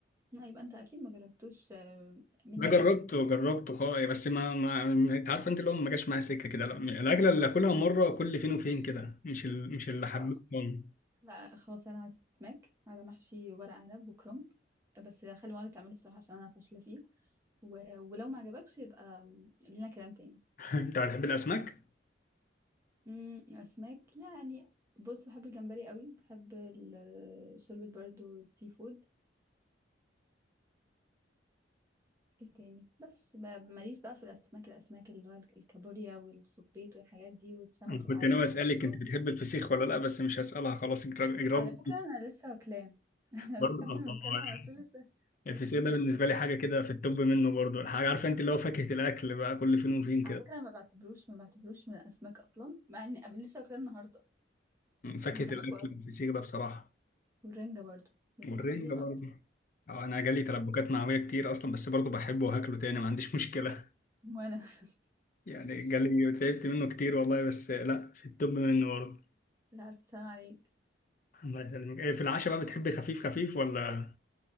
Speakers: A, on the right; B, on the left.
A: لا يبقى أنت أكيد ما جربتوش آه، مني
B: ده جربته
A: أنا وأمي
B: جربته خالص بس ما, ما انت عارف انت اللي هو ما جاش معايا سكه كده لا الاكله اللي اكلها مره كل فين وفين كده مش ال... مش اللي حبيتها
A: لا خ- لا خلاص أنا عازماك على محشي ورق عنب وكرنب بس خلي مامتي تعمله بصراحة عشان أنا فاشلة فيه و... ولو ما عجبكش يبقى لينا كلام تاني
B: <laughs> انت بتحب الاسماك؟
A: أمم، أسماك يعني بص بحب الجمبري قوي بحب ال- شوربة برضو السي فود ايه تاني بس ما- ماليش بقى في الاسماك الاسماك اللي هو الكابوريا والسبيط والحاجات دي والسمك
B: انا
A: العادي
B: كنت ناوي اسالك
A: خالص اللي هو
B: انت بتحب الفسيخ ولا لا بس مش هسالها خلاص اجراد اجراد
A: على فكره انا لسه واكلاه <laughs> انا
B: برضه
A: قبل
B: الله
A: ما المكالمه على
B: يعني.
A: طول لسه
B: الفسيخ
A: واكلاس
B: ده بالنسبه لي حاجه كده في التوب منه برضه الحاجه عارفه انت اللي هو فاكهه الاكل بقى كل فين وفين كده
A: على فكره أنا ما بعتبروش ما بعتبروش من الاسماك اصلا مع اني قبل لسه واكلاه النهارده
B: فاكهه
A: بحبه
B: الاكل
A: قوي
B: الفسيخ ده بصراحه
A: والرنجه برضو بس
B: والرنجة
A: الفسيخ
B: برضه
A: اكتر
B: اه انا جالي تلبكات معويه كتير اصلا بس برضه بحبه وهاكله تاني ما عنديش مشكله
A: وانا <laughs>
B: يعني جالي تعبت منه كتير والله بس لا في التوب منه برضه
A: لا الف سلام عليك
B: الله يسلمك إيه في العشاء بقى بتحبي خفيف خفيف ولا